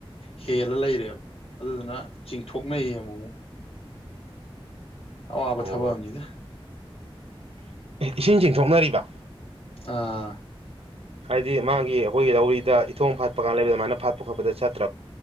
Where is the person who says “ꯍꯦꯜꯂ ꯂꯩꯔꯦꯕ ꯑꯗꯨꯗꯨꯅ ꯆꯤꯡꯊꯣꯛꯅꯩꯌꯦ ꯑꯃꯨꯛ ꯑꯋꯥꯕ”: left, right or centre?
Left